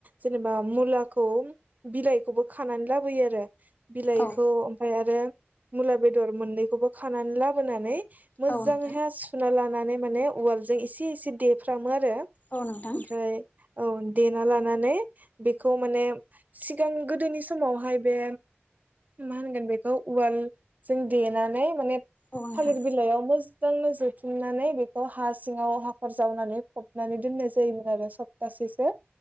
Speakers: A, on the right; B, on the left.
A: जेनेबा मुलाखौ बिलाइखौबो खानानै लाबो यो आरो बिलाइखौ
B: औ
A: ओमफ्राय आरो मुला बेदर मोननैखौबो खानानै लाबोनानै मोजां
B: औ नोंथां
A: हाय सुना लानानै माने उवालजों एसे एसे देफ्राम मो आरो
B: औ नोंथां
A: ओमफ्राय औ देना लानानै बेखौ माने सिगां गोदोनि समावहाय बे मा होनगोन बेखौ उवालजों देनानै माने
B: औ नोंथां
A: थालिर बिलाइयावनो जोंनो जुथुमनानै बेखौ हा सिङांव हाखर जावनानै फबनानै दोननाय जायोमोन आरो सप्तासेसो।